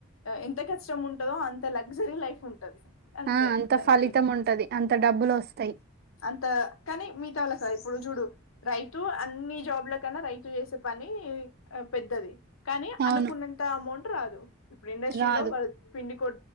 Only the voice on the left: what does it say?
ఎంత కష్టం ఉంటందో అంత లగ్జరీ లైఫ్ ఉంటంది అంతే
దానికి
అంత కానీ మిగతా వాళ్ళ క ఇప్పుడు రోజుడు రైతు అన్ని జాబ్ల కన్నా రైతు చేసే పని పెద్దది కానీ
అనుకున్నంత అమౌంట్ రాదు ఇప్పుడు ఇండస్ట్రీలో
వాళ్ళ పిండి కొ